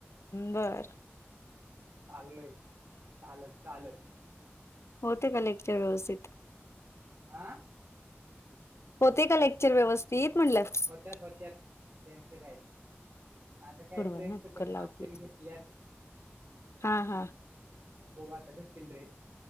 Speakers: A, on the left; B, on the right.
A: बरं.
B: चाललोय चालत चालत.
A: होते का लेक्चर व्यवस्थित?
B: आ..
A: होते का लेक्चर व्यवस्थित म्हणलं. थोडं
B: होत्यात, होत्यात त्यांचं काय आता काय ड्रेसच
A: वेळ ना कुकर
B: पण माप
A: लावते
B: तेन घेतल्यात.
A: हा हा! !
B: बघू आता भेटतील ड्रेस.